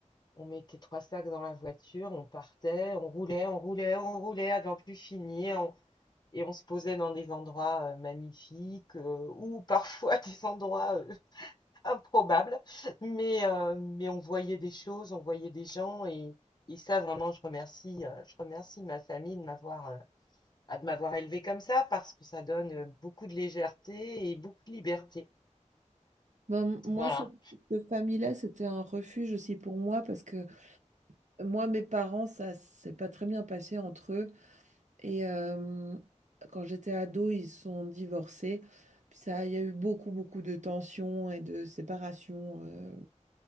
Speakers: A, on the left (about 35°); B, on the right (about 70°).
A: On mettait trois sacs dans la voiture, on partait, on roulait, on roulait, on roulait avant plus finir, on- et on se posait dans des endroits euh, magnifiques euh, ou parfois <laughs> des endroits euh, improbables. Mais, euh, mais on voyait des choses, on voyait des gens, et, et ça, vraiment, je remercie, euh, je remercie ma famille de m'avoir euh, bah, de m'avoir élevée comme ça parce que ça donne euh, beaucoup de légèreté et beaucoup de liberté.
B: Ben, moi,
A: Voilà.
B: cette, cette famille-là, c'était un refuge aussi pour moi parce que moi, mes parents, ça s'est pas très bien passé entre eux. Et euh, quand j'étais ado, ils se sont divorcés. Puis ça, il y a eu beaucoup, beaucoup de tensions et de séparations euh,